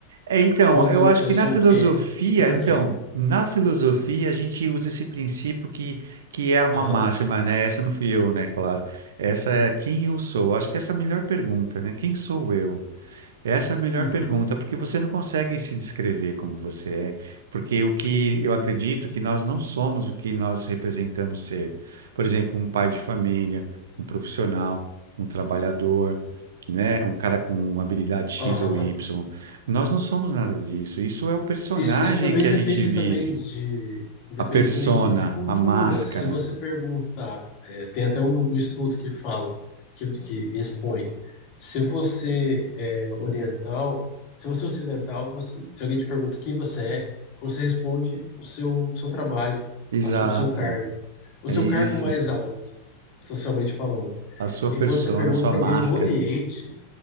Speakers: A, on the right (about 60°); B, on the left (about 40°).
A: É, então,
B: quando
A: eu acho
B: eu
A: que
B: sou
A: na filosofia,
B: o quê e por
A: então,
B: quê.
A: na filosofia a gente usa esse princípio que, que é uma
B: Aham.
A: máxima, né? Essa não fui eu, né? Claro. Essa é quem eu sou. Acho que essa é a melhor pergunta, né? Quem sou eu? Essa é a melhor
B: Uhum.
A: pergunta, porque você não consegue se descrever como você é, porque o que eu acredito que nós não somos o que nós representamos ser. Por exemplo, um pai de família, um profissional, um trabalhador, né, um cara com uma habilidade X
B: Aham.
A: ou Y. Nós não somos nada disso. Isso é o personagem
B: Isso, isso também
A: que a
B: depende
A: gente vive,
B: também de depende
A: a persona,
B: também de, de cultura.
A: a máscara.
B: Se você perguntar, é, tem até um, um estudo que fala, que, que expõe, se você é oriental, se você é ocidental, você, se alguém te pergunta quem você é, você responde o seu, seu trabalho,
A: Exato.
B: a sua, o seu cargo, o
A: É
B: seu
A: isso.
B: cargo mais alto, socialmente falando.
A: A sua
B: E
A: persona,
B: quando você pergunta
A: a sua
B: para
A: máscara.
B: alguém no Oriente,